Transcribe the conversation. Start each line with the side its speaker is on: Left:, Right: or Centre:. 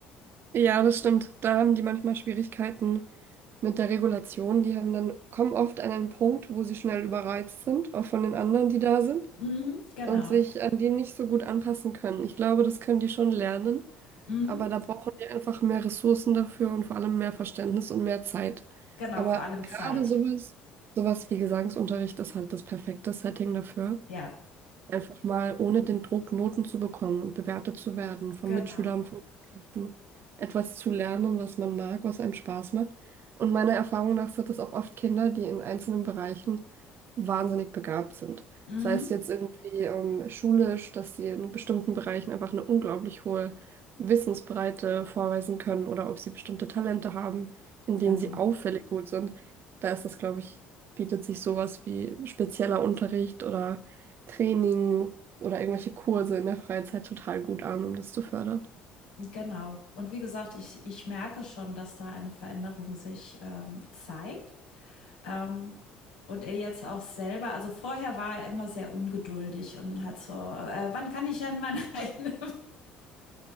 Right: Ja, das stimmt. Da haben die manchmal Schwierigkeiten mit der Regulation. Die haben dann, kommen oft an einen Punkt, wo sie schnell überreizt sind, auch von den anderen, die da sind,
Left: Mhm, genau.
Right: und sich an die nicht so gut anpassen können. Ich glaube, das können die schon lernen.
Left: Mhm,
Right: Aber da brauchen wir einfach mehr Ressourcen dafür und vor allem mehr Verständnis und mehr Zeit.
Left: genau,
Right: Aber
Left: vor allem
Right: gerade
Left: Zeit.
Right: sowas, sowas wie Gesangsunterricht ist halt das perfekte Setting dafür.
Left: Ja.
Right: Einfach mal ohne den Druck, Noten zu bekommen und bewertet zu werden von
Left: Genau.
Right: Mitschülern, von Lehrkräften, etwas zu lernen, was man mag, was einem Spaß macht. Und meiner Erfahrung nach sind das auch oft Kinder, die in einzelnen Bereichen wahnsinnig begabt sind.
Left: Mhm.
Right: Sei es jetzt irgendwie ähm, schulisch, dass sie in bestimmten Bereichen einfach eine unglaublich hohe Wissensbreite vorweisen können oder ob sie bestimmte Talente haben, in denen
Left: Genau.
Right: sie auffällig gut sind. Da ist das, glaube ich, bietet sich sowas wie spezieller Unterricht oder Training oder irgendwelche Kurse in der Freizeit total gut an, um das zu fördern.
Left: Genau. Und wie gesagt, ich ich merke schon, dass da eine Veränderung sich, ähm, zeigt, ähm, und er jetzt auch selber also, vorher war er immer sehr ungeduldig und hat so: „Äh, wann kann ich denn meine <laughs> eigene“